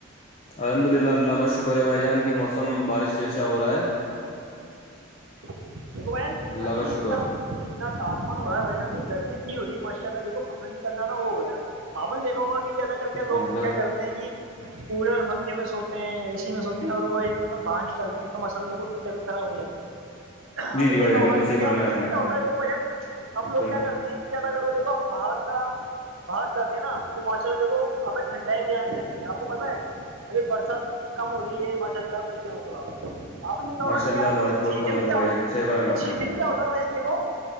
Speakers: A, on the left; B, on the right.
A: الحمد للہ اللہ کا شکر ہے بھائی جان کہ موسم بارش جیسا ہو رہا ہے
B: ماشاء اللہ د بن
A: اللہ
B: ابھی
A: کا
B: اتنا
A: شکر ہے
B: اتنا تاپمان ہو رہا ہے وجہ اب گرمیت نہیں ہو رہی ماشاء اللہ دیکھو باہر نکلنا نا ہو گیا آپن دیکھا ہوگا کہ زیادہ کر
A: کچھ
B: کیا
A: کام
B: لوگ
A: لگا
B: کیا کرتے ہیں کہ کولر پھنکے میں سوتے ہیں اے سی میں سوتے ہیں اور وہ ایک دم باہر نکلتے ہیں تو مس یک ان کی طبیعت خراب ہو جاتی ہے آپ
A: جی
B: نے
A: جی بھائی
B: دیکھا
A: جان
B: ہوگ
A: بالکل
B: کہ
A: صحیح
B: کیا
A: فرمایا
B: اس
A: آپ
B: سے کیا ہوتا ہے دیکھو بھ جان
A: نے
B: ہم لوگ کیا کرتے ہیں کہ زیادہ کرو دیکھو ہم باہر کا باہر جاتے ہیں نا تو ماشاء اللہ دیکھو ہمیں ٹھنڈائی میں جانا چاہیے آپ کو پتہ ہے ار برسات اتنی کم ہو رہی ہے ماشاء اللہ پوچھے میں تو آپ آپ نے دیکھا ہوگا
A: ماشاء
B: کہیار
A: اللہ بارش بہت
B: سیٹی
A: کم
B: میں
A: ہو رہی
B: کیا
A: ہے بھائی جان صحیح فرمایا آپ
B: سیٹی
A: نے
B: میں کیا ہوتا بھائیان دیکھو